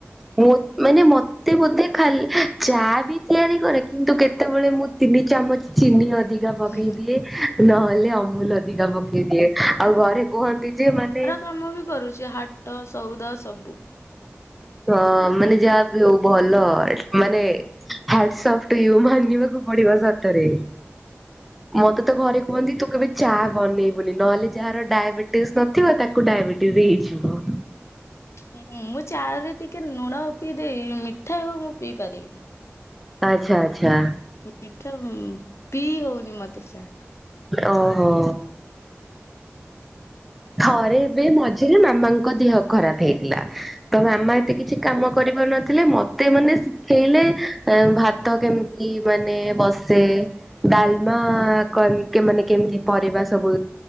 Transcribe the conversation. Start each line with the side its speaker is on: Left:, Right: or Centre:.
Centre: ହଉ ମାନେ ମତେ ବୋଧେ ଖାଲି ଚା ବି ତିଆରି କରେ କିନ୍ତୁ କେତେବେଳେ ମୁଁ ତିନି ଚାମଚ ଚିନି ଅଧିକା ପକେଇ
Left: ହୁଁ ହୁଁ
Centre: ଦିଏ ନହେଲେ ଅମୁ ମୁଲ୍ ଅଧିକା ପକେଇ ଦିଏ ଆଉ ଘରେ କୁହନ୍ତି ଯେ ମାନେ
Left: କାମବି କରୁଛି ହାଟ୍। ତ ସଉଦା ସବୁ।
Centre: ହଁ ମାନେ ଯାହାବି ହଉ ଭଲ ମାନେ ହାର୍ଟ ସ୍ଅଫ୍ଟ ଟୁ ୟୁ ମାନିବାକୁ ପଡିବ ସତରେ ମତେ ତ ଘରେ କୁହନ୍ତି ତୁ କେବେ ଚା ବନେଇବୁନି ନହେଲେ ଯାହାର ଡାଇବେଟିସ୍ ନଥିବ ତାକୁ ଡାଇବେଟିସ୍ ହେଇଯିବ।
Left: ହୁଁ ମୁଁ ଚା ରେ ଟିକେ ଲୁଣ ପିଇଦେବି ମିଠା ହବ ମୁଁ ପିଇ ପାରିବିନି।
Centre: ଆଚ୍ଛା ଆଚ୍ଛା।
Left: ମିଠା ଉଁ ପିଇ ହଉନି ମତେ ଚା।
Centre: ମାନେ ଓହୋ। ଥରେ ଏବେ ମଝିରେ ମାମାଙ୍କ ଦେହ ଖରାପ ହେଇଥିଲା ତ ମାମା ଏମିତି କିଛି କାମ କରିପାରୁନଥିଲେ ମତେ ମାନେ ଶିଖେଇଲେ ଏ ଭାତ କେମିତି କେମିତି ମାନେ ବସେ ଡାଲମା
Left: ହୁଁ।
Centre: କଲ କେ ମାନେ କେମିତି ପରିବା ସବୁ